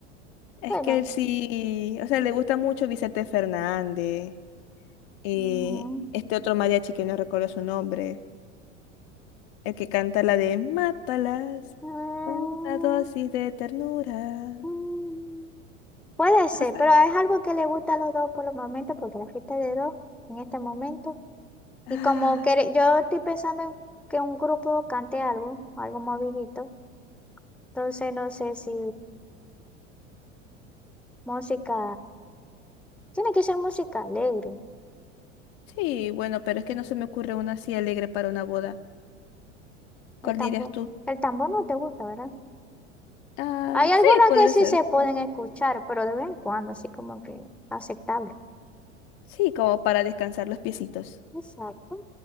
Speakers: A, on the left; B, in the centre.
A: Es
B: Bueno,
A: que él sí, o sea, le gusta mucho Vicente Fernández. eh,
B: mm,
A: este otro mariachi que no recuerdo su nombre. El que canta la de Mátalas
B: mm,
A: con una dosis de ternura.
B: mm, puede ser,
A: Ah, fa-
B: pero es algo que le gusta a los dos por los momentos, porque la fiesta es de dos en este momento.
A: ah,
B: Y como que yo estoy pensando en que un grupo cante algo, algo movidito. Entonces no sé si Música, tiene que ser música alegre.
A: sí, bueno, pero es que no se me ocurre una así alegre para una boda.
B: El
A: ¿Cuál
B: tambor,
A: dirías tú?
B: el tambor no te gusta, ¿verdad?
A: Ah,
B: Hay algunas
A: sí, podría
B: que sí
A: ser.
B: se pueden escuchar, pero de vez en cuando, así como que aceptable.
A: Sí, como para descansar los piecitos.
B: Exacto.